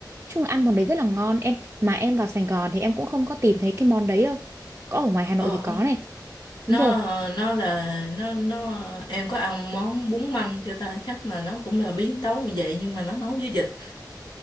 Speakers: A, on the right; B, on the left.
A: chung là ăn món đấy rất là ngon em mà em vào Sài Gòn thì em cũng không có tìm thấy cái món đấy đâu có ở ngoài Hà
B: Ờ.
A: Nội thì có
B: ờ,
A: này
B: nó
A: đúng rồi
B: nó là nó nó em có ăn món bún măng chưa ta chắc là nó cũng là biến tấu như vậy nhưng mà nó nấu với vịt